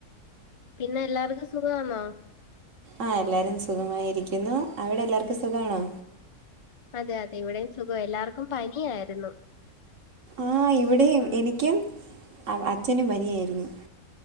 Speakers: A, on the left (about 55°); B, on the right (about 55°).
A: പിന്നെ എല്ലാവർക്കും സുഖവാന്നോ?
B: ആഹ് എല്ലാരും സുഖമായിരിക്കുന്നു അവിടെ എല്ലാവർക്കും സുഖാണോ?
A: അതെ അതെ ഇവിടെയും സുഖം എല്ലാവർക്കും പനിയായിരുന്നു
B: ആഹ് ഇവിടെയും
A: ഉം
B: എനിക്കും അച്ഛനും പനിയായിരുന്നു